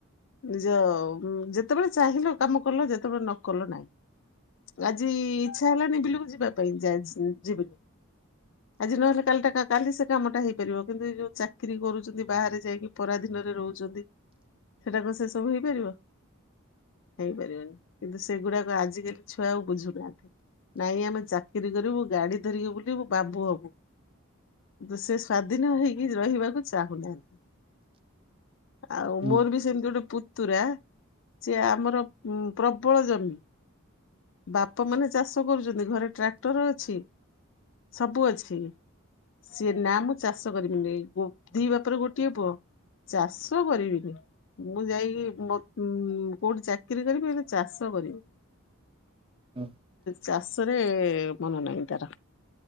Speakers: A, on the left; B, on the right.
A: ନିଜ ଯେତେବେଳେ ଚାହିଁଲ କାମ କଲ ଯେତେବେଳେ ନ କଲ ନାଇଁ। ଆଜି ଇଚ୍ଛା ହେଲଣିି ବିଲକୁ ଯିବା ପାଇଁ ଯିବିନି। ଆଜି ନହେଲେ କାଲି ଟା କାଲି ସେ କାମଟା ହେଇପାରିବ। କିନ୍ତୁ ଏ ଯୋଉ ଚାକିରରି କରୁଛନ୍ତି ବାହାରେ ଯାଇକି ପରାଧିନରେ ରହୁଛନ୍ତି ସେଟାକୁ ସେ ସବୁ ହେଇପାରିବ? ହେଇପାରିବନି। କିନ୍ତୁ ସେଗୁଡାକ ଆଜିକାଲି ଛୁଆ ଆଉ ବୁଝୁ ନାହାନ୍ତି। ନାଇଁ ଆମେ ଚାକିରି କରିବୁ ଗାଡି ଧରିକି ବୁଲିବୁ ବାବୁ ହବୁ।
B: <inaudible>
A: ସେ ସ୍ଵାଧୀନ ହେଇକି ରହିବାକୁ ଚାହୁଁନାହାନ୍ତି। ଆଉ
B: ହୁଁ
A: ମୋର ବି ସେମିତି ଗୋଟେ ପୁ ତୁରା ସେ ଆମର ପ୍ରବଳ ଜମି। ବାପା ମାନେ ଚାଷ କରୁଛନ୍ତି। ଘରେ ଟ୍ରାକ୍ଟର ଅଛି ସବୁ ଅଛି। ସିଏ ନା ମୁଁ ଚାଷ କରିବିନି। ଦି ବାପର ଗୋଟିଏ ପୁଅ। ଚାଷ କରିବିନି। ମୁଁ ଯାଇକି କୋଉଠି ଚାକିରି କରିବି ହେଲେ ଚାଷ କରିବିନି।
B: ହଁ।
A: ଚାଷରେ ମନ ନାହିଁ ତାର।